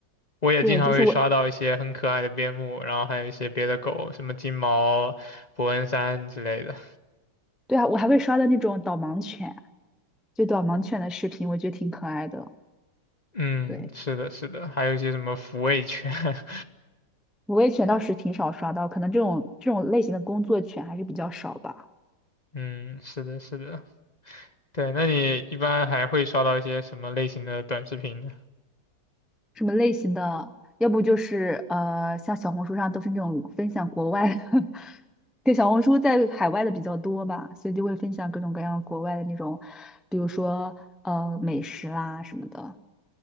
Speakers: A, on the left; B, in the centre.
A: 我也经常会刷到一些很可爱的边牧，
B: 对，就是我，
A: 然后还有一些别的狗，什么金毛、伯恩山之类的。
B: 对啊，我还会刷到那种导盲犬。就导盲犬的视频，我觉得挺可爱的。
A: 嗯，
B: 对，
A: 是的，是的，还有一些什么抚慰犬。<laughs>
B: 无畏犬倒是挺少刷到，可能这种这种类型的工作犬还是比较少吧。
A: 嗯，是的，是的。对，那你一般还会刷到一些什么类型的短视频呢？
B: 什么类型的？要不就是呃，像小红书上都是那种分享国外的，<laughs> 对，小红书在海外的比较多吧，所以就会分享各种各样国外的那种，比如说呃美食啦什么的。